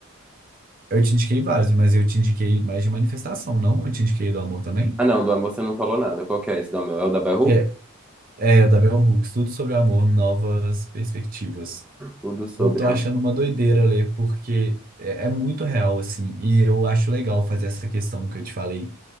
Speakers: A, on the right; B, in the centre.
A: Eu te indiquei vários, mas eu te indiquei mais de manifestação, não? Eu te indiquei do amor também.
B: Ah, não, do amor você não falou nada. Qual que é esse do amor? É o da Baruch?
A: Que é, é da Bell Hooks, Tudo sobre o Amor, Novas Perspectivas.
B: O do sobre
A: Eu tô
B: amor.
A: achando uma doideira ler, porque é, é muito real, assim, e eu acho legal fazer essa questão que eu te falei